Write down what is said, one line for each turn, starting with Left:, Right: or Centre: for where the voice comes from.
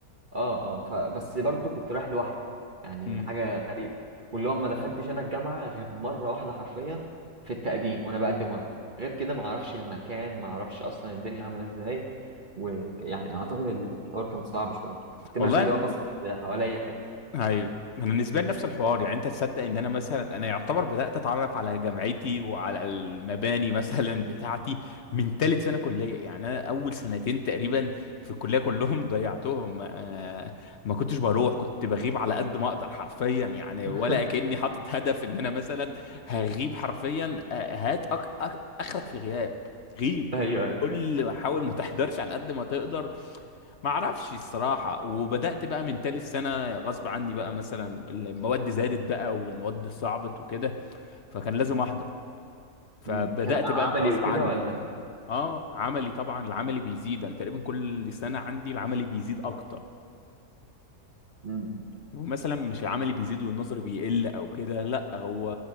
Right: اه اه فبس برضو كنت رايح لوحدي يعني
Left: امم
Right: حاجه غريبه واللي هو ما دخلتش انا الجامعه غير مره واحده حرفيا في التقديم وانا بقدم ورقي غير كده ما اعرفش المكان ما اعرفش اصلا الدنيا عامله ازاي ويعني اعتقد الحوار كان صعب شويه كنت
Left: والله
Right: ماشي اللي هو بص حواليا كده
Left: ايوه انا بالنسبه لي نفس الحوار يعني انت تصدق ان انا مثلا انا يعتبر بدات اتعرف على جامعتي وعلى المباني مثلا <laughs> بتاعتي من ثالث سنه كليه يعني انا اول سنتين تقريبا في الكليه كلهم <laughs> ضيعتهم آه ما كنتش بروح كنت بغيب على قد ما اقدر حرفيا يعني
Right: <laughs>
Left: ولا كاني حاطط هدف ان انا مثلا هغيب حرفيا آه هات أك... أك... اخرك في الغياب غيب
Right: ايوه
Left: غيب.
Right: أيوة.
Left: كل حاول ما تحضرش على قد ما تقدر ما اعرفش الصراحة وبدأت بقى من تالت سنة غصب عني بقى مثلا المواد زادت بقى والمواد صعبت وكده فكان لازم احضر فبدأت
Right: مم. كان
Left: بقى
Right: عملي
Left: انت غصب
Right: وكده
Left: عنك
Right: ولا
Left: اه عملي طبعا العملي بيزيد انا تقريبا كل سنة عندي العملي بيزيد اكتر
Right: مم.
Left: ومثلا مش العملي بيزيد والنظري بيقل او كده لا هو